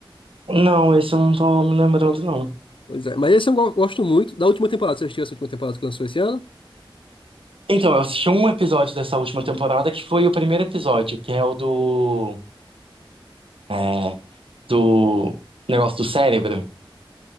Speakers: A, on the right; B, on the left.
A: Não, esse eu não tô me lembrando, não.
B: Pois é. Mas esse eu go- gosto muito. Da última temporada, você assistiu essa última temporada que lançou esse ano?
A: Então, eu assisti um episódio dessa última temporada que foi o primeiro episódio, que é o do. é, do negócio do cérebro.